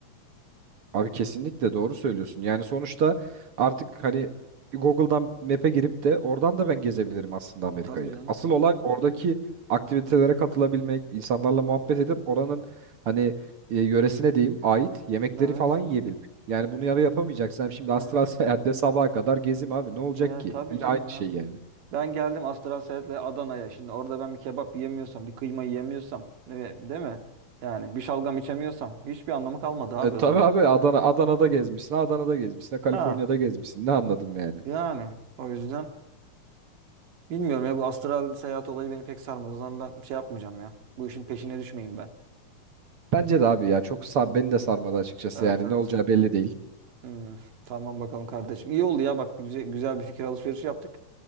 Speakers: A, on the right (about 50°); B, on the right (about 90°).
A: Abi kesinlikle doğru söylüyorsun. Yani sonuçta artık hani Google'dan Map'e girip de oradan da ben gezebilirim aslında Amerika'yı.
B: Tabii canım.
A: Asıl olay oradaki aktivitelere katılabilmek, insanlarla muhabbet edip oranın hani e, yöresine diyeyim ait yemekleri
B: Evet.
A: falan yiyebilmek. Yani bunu yarı yapamayacaksam şimdi
B: Aha.
A: astral <laughs> seyahatle sabaha kadar gezeyim abi ne olacak
B: Ya
A: ki?
B: tabii
A: Yine
B: canım
A: aynı şey
B: ya.
A: yani.
B: Ben geldim Astral Seyahat'le Adana'ya. Şimdi orada ben bir kebap yiyemiyorsam, bir kıyma yiyemiyorsam, ne- değil mi? Yani bir şalgam içemiyorsam hiçbir anlamı kalmadı abi
A: E, tabii
B: o zaman.
A: abi Adana Adana'da gezmişsin, Adana'da gezmişsin, Kaliforniya'da
B: Ha.
A: gezmişsin. Ne anladım yani?
B: Yani o yüzden bilmiyorum ya bu astral seyahat olayı beni pek sarmadı. O zaman ben şey yapmayacağım ya. Bu işin peşine düşmeyeyim ben.
A: Bence de abi ya çok sar, beni de sarmadı açıkçası
B: Evet
A: yani
B: evet.
A: ne olacağı belli değil.
B: Hmm, <laughs> tamam bakalım kardeşim. İyi oldu ya bak güzel, güzel bir fikir alışverişi yaptık.